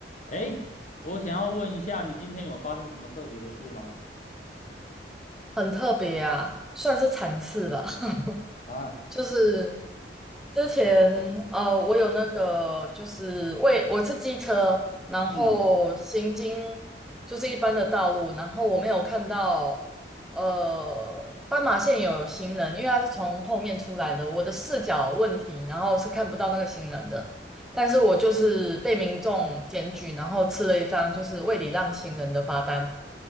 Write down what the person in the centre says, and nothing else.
很特别啊，算是惨事吧。<laughs>
就是之前呃，
我有那个就是为我是机车，然后行经
就是一般的道路，然后我没有看到呃斑马线有行人，因为他是从后面出来的，我的视角问题，然后是看不到那个行人的。但是我就是被民众检举，然后吃了一张就是未礼让行人的罚单，